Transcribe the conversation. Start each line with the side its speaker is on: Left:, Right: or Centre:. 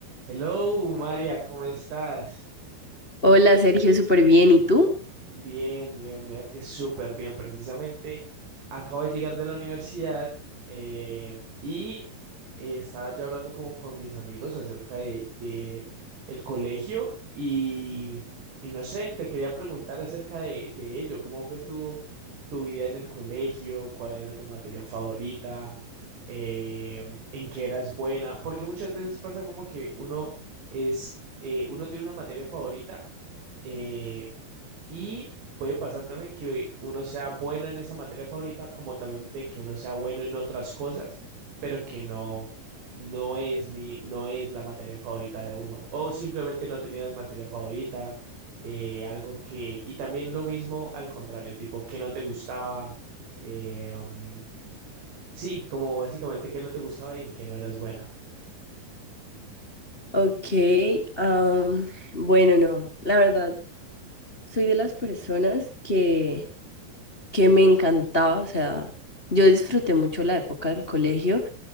Right: Hello, María, ¿cómo estás?
Left: Hola Sergio, súper bien. ¿Y tú?
Right: Bien, bien, mira que súper bien. Precisamente acabo de llegar de la universidad eh, y eh, estaba yo hablando como con mis amigos acerca de, de el colegio y, y no sé, te quería preguntar acerca de, de ello. ¿Cómo fue tu, tu vida en el colegio? ¿Cuál era tu materia favorita? Eh, ¿en qué eras buena? Porque muchas veces pasa como que uno es, eh, uno tiene una materia favorita. eh, y puede pasar también que uno sea bueno en esa materia favorita, como también de que uno sea bueno en otras cosas, pero que no, no es mi, no es la materia favorita de uno. O simplemente no tenías materia favorita, eh, algo que, y también lo mismo al contrario, tipo que no te gustaba, eh, um, sí, como básicamente que no te gustaba y en que no eras buena.
Left: Ok, am, bueno, no, la verdad, soy de las personas que, que me encantaba, o sea, yo disfruté mucho la época del colegio,